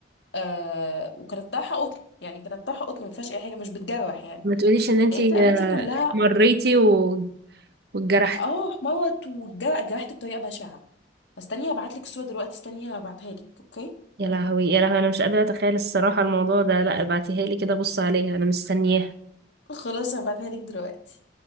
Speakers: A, on the left; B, on the right.
A: آه وكانت طرحه قطن يعني كانت طرحه قطن ما فيهاش اي حاجه مش بتجرح يعني
B: ما تقوليش ان انتي
A: لقيت رقبتي
B: آه،
A: كلها
B: مريتي و- واتجرحتي
A: اه احمرت وجرحت بطريقه بشعه فاستني هبعت لك الصوره دلوقتي استني هبعتها لك اوكي
B: يا لهوي يا لهوي انا مش قادره اتخيل الصراحه الموضوع ده لا ابعتيها لي كده بص عليها انا مستنياها
A: خلاص هبعتها لك دلوقتي